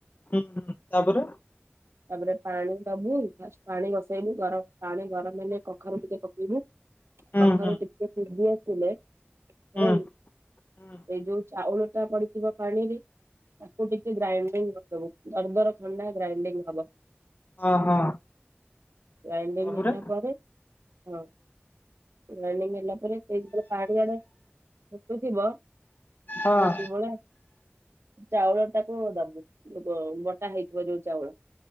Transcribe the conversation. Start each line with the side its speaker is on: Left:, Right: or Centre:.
Left: ହୁଁ ହୁଁ। ତାପରେ?
Right: ତାପରେ ପାଣି ଦବୁ। ଫାଷ୍ଟ୍ ପାଣି ବସେଇବୁ ଗରମ୍ ପାଣି ଗରମ୍ ହେଲେ କଖାରୁ ଟିକେ ପକେଇବୁ।
Left: ହୁଁ
Right: କଖାରୁ
Left: ହୁଁ
Right: ଟିକେ ସିଝି ଆସିଲେ ହେଲା
Left: ହୁଁ
Right: କି
Left: ହୁଁ
Right: ଏଇ ଯୋଉ ଚାଉଳ ଟା ପଡି ଥିବ ପାଣିରେ ତାକୁ ଟିକେ ଗ୍ରାଇଣ୍ଡିଂ କରି ଦବୁ। ଦରଦର ଖଣ୍ଡା ଗ୍ରାଇଣ୍ଡିଂ ହବ।
Left: ହଁ ହଁ।
Right: ଗ୍ରାଇଣ୍ଡିଂ
Left: ତାପରେ
Right: ହେଲା ପରେ ହଁ। ଗ୍ରାଇଣ୍ଡିଂ ହେଲା ପରେ। ସେଇଟି ତମେ ପାଣି ଆଣିକି ଫୁଟୁ ଥିବ
Left: ହଁ
Right: ସେତିକି ବେଳେ ଚାଉଳ ଟାକୁ ଦବୁ। ଯୋଉ ବଟା ହେଇଥିବ ଯୋଉ ଚାଉଳ।